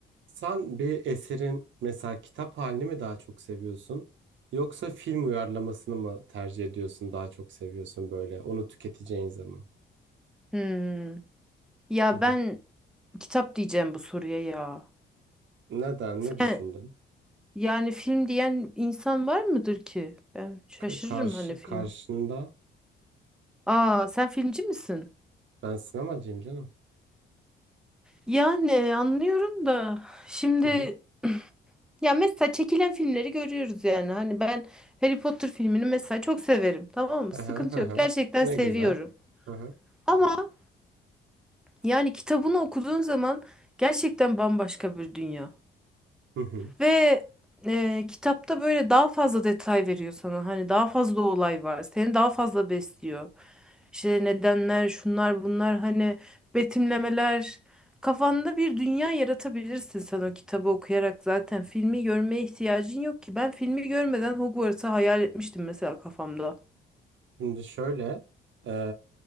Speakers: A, on the right; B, in the centre.
A: Sen bir eserin mesela kitap halini mi daha çok seviyorsun yoksa film uyarlamasını mı tercih ediyorsun daha çok seviyorsun böyle onu tüketeceğin zaman?
B: Hmm. Ya
A: Hı hı.
B: ben kitap diyeceğim bu soruya ya.
A: Neden?
B: Sen
A: Ne düşündün?
B: yani film diyen insan var mıdır ki? Ben şaşırırım
A: K- karşı
B: hani film.
A: karşında
B: Aa sen filmci misin?
A: ben sinemacıyım canım.
B: Yani anlıyorum da şimdi
A: Hı hı.
B: ya mesela çekilen filmleri görüyoruz yani. Hani ben Harry Potter filmini mesela çok severim. Tamam mı?
A: Hı
B: Sıkıntı
A: hı, hı
B: yok.
A: hı.
B: Gerçekten
A: Ne
B: seviyorum.
A: güzel. Hı hı.
B: Ama yani kitabını okuduğun zaman gerçekten bambaşka bir dünya.
A: Hı hı.
B: Ve e, kitapta böyle daha fazla detay veriyor sana. Hani daha fazla olay var. Seni daha fazla besliyor. İşte nedenler, şunlar, bunlar hani betimlemeler. Kafanda bir dünya yaratabilirsin sen o kitabı okuyarak zaten. Filmi görmeye ihtiyacın yok ki. Ben filmi görmeden Hogwarts'ı hayal etmiştim mesela kafamda.
A: Şimdi şöyle e,